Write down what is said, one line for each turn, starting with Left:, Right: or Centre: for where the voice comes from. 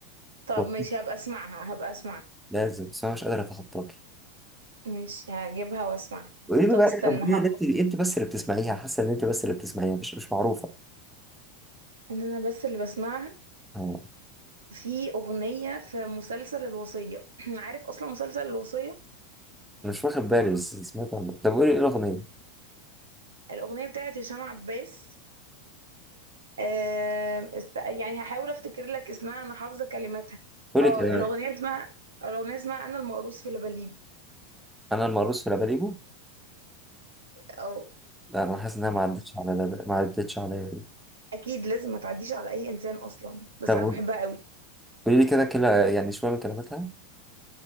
Right: طب
Centre: والله
Right: ماشي هبقى اسمعها هبقى اسمعها
Centre: لازم بس أنا مش قادر أتخطاك
Right: ماشي هجيبها واسمعها
Centre: وقولي لي
Right: طب
Centre: بقى
Right: استنى
Centre: إيه الاغنيه
Right: ه-
Centre: اللي انت انت بس اللي بتسمعيها حاسه ان انت بس اللي بتسمعيها مش مش معروفه
Right: ان انا بس اللي بسمعها
Centre: أه،
Right: في اغنية في مسلسل الوصية <clears throat> عارف اصلا مسلسل الوصية
Centre: انا مش واخد بالي بس سمعت عنها طب قولي ايه الاغنيه
Right: الاغنية بتاعت هشام عباس آه است... يعني هحاول افتكر لك اسمها انا حافظة كلماتها
Centre: قولي
Right: اه
Centre: كده
Right: الاغنية اسمها الاغنية اسمها انا المقروص في لبليبي
Centre: انا المرقص في لاباليبو
Right: اه
Centre: لا انا حاسس انها ما عدتش على لب... ما عدتش عليا دي.
Right: اكيد لازم ما تعديش على اي انسان اصلا بس
Centre: طب
Right: انا بحبها قوي
Centre: قولي لي كده كده يعني شويه من كلماتها